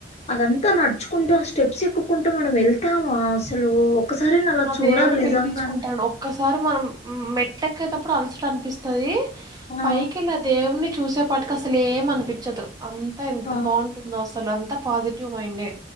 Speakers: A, on the left; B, on the right.
A: అదంతా నడుచుకుంటూ ఆ స్టెప్స్ ఎక్కుంటూ మనం వెళ్తామా అసలు ఒక్కసారైనా అలా
B: ఆ
A: చూడాలి
B: దేవుడు
A: నిజంగా
B: పిలిపించుకుంటాడు
A: అంటే
B: ఒక్కసారి మనం మెట్లెక్కేటప్పుడు అలసట అనిపిస్తది
A: ఆ
B: పయికిిలా దేవునిచు చూసేపాటికి అసలు ఏం అనిపిచ్చదు అంతా ఎంత
A: ఆ,
B: బాగుంటుందో అసలు అన్ పాజిటీవ్ మైండే